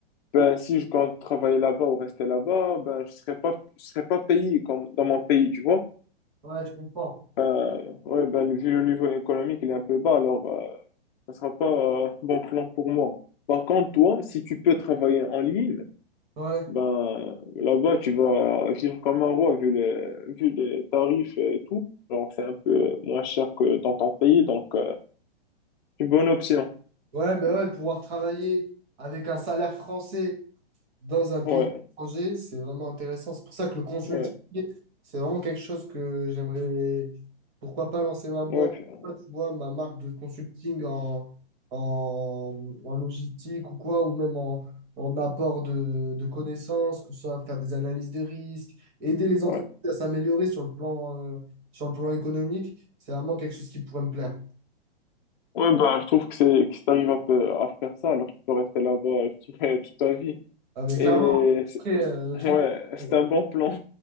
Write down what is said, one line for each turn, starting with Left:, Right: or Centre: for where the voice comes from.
Left: ben, si je compte travailler là-bas ou rester là-bas, ben, je serais pas, je serais pas payé comme dans mon pays, tu vois.
Right: Ouais, je comprends.
Left: Euh, ouais, ben, vu le niveau économique, il est un peu bas, alors euh, ça sera pas euh, bon plan pour moi. Par contre, toi, si tu peux travailler en ligne,
Right: Ouais.
Left: ben, là-bas, tu vas vivre comme un roi vu les, vu les tarifs et tout. Genre, c'est un peu moins cher que dans ton pays, donc euh, une bonne option.
Right: Ouais, ben ouais, pouvoir travailler avec un salaire français. dans un pays
Left: Ouais,
Right: étranger, c'est vraiment intéressant. C'est pour ça que le consulting,
Left: ouais,
Right: c'est vraiment quelque chose que j'aimerais, pourquoi pas lancer ma boîte,
Left: ouais, f-
Right: tu vois, ma marque de consulting en, en, en logistique ou quoi, ou même en, en apport de, de connaissances, que ce soit faire des analyses de risques, aider les
Left: ouais.
Right: entreprises à s'améliorer sur le plan, euh, sur le plan économique. C'est vraiment quelque chose qui pourrait me plaire.
Left: Ouais, ben, je trouve que c'est que si t'arrives un peu à faire ça, alors tu peux rester là-bas, je dirais, toute ta vie.
Right: Avec
Left: Et
Right: clairement,
Left: c'est-
Right: après, euh, le
Left: ouais,
Right: truc.
Left: c'est
Right: euh,
Left: un bon plan.